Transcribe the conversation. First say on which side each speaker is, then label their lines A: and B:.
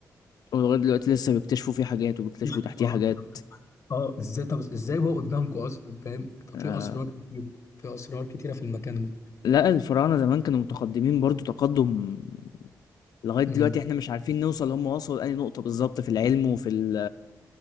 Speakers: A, on the left; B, on the left.
A: ولغايه دلوقتي لسه بيكتشفوا فيه حاجات وبيكتشفوا
B: <laughs>
A: تحتيه
B: اه
A: حاجات
B: اه ازاي طب ازاي هو قدامكم اصلا فاهم ففي
A: آه.
B: اسرار كتير في اسرار كتيره في المكان
A: لأ، الفراعنة زمان كانوا متقدمين برضه تقدُّم لغاية دلوقتي
B: ده
A: إحنا مش عارفين نوصل هم وصلوا لأنهي نقطة بالضبط في العلم وفي ال